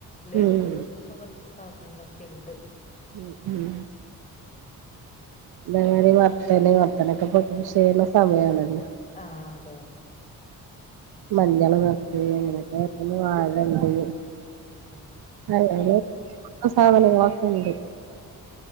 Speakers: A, on the left (about 20°); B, on the right (about 70°).
A: ലേതു
B: ഉം
A: കൊണ്ടുവരോ അതോ സാധനങ്ങളൊക്കെണ്ട്
B: ഉം ഉം നേരെ വർത്താന് വർത്താനൊക്കെ പറഞ്ഞ് ചെയ്യണ സമയാണല്ല
A: ആ അതെ അതെ
B: മഞ്ഞള് നട്ട് അങ്ങനെയൊക്കെ പിന്നെ വാഴണ്ട് <unintelligible>
A: ഉം
B: അവിടെ സാധനങ്ങളൊക്കെണ്ട്